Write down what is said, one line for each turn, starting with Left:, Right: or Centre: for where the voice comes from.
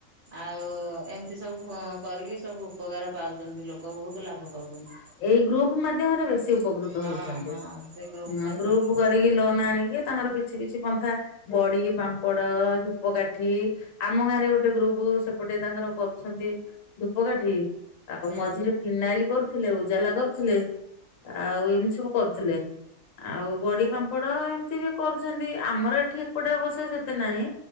Right: ଆଉ ଏମିତି ସବୁ କରିକି ସବୁ ଉପକାର ପାଉଛନ୍ତି ଲୋକ ବହୁତ ଲାଭ ପାଉଚନ୍ତି।
Left: ଏଇ ଗ୍ରୁପ ମାଧ୍ୟ୍ୟମରେ ବେଶୀ ଉପକୃତ
Right: ହଁ
Left: ହଉଛନ୍ତି
Right: ହଁ ସେ ଗ୍ରୁପ ମାଧ୍ୟମରେ
Left: ଗ୍ରୁପ କରିକି ଲୋନ ଆଣିକି ତାଙ୍କର କିଛି କିଛି ପନ୍ଥା ବଡି଼ ପାମ୍ପଡ଼ ଧୂପକାଠି। ଆମ ଗାଁ ରେ ଗୋଟେ ଗ୍ରୁପ ସେପଟେ ତାଙ୍କର କରୁଛନ୍ତି ଧୂପକାଠି ଆଉ
Right: ହୁଁ
Left: ମଝିରେ ଫିନାଇଲ କରୁଥିଲେ ଉଜାଲା କରୁଥିଲେ ଆଉ ଏମିତି ସବୁ କରୁଥିଲେ। ଆଉ ବଡି ପାମ୍ପଡ ଏମିତି ବି କରୁଛନ୍ତି ଆମର ଏଠି ଏପଟେ ଅବଶ୍ୟ ସେତେ ନାହିଁ।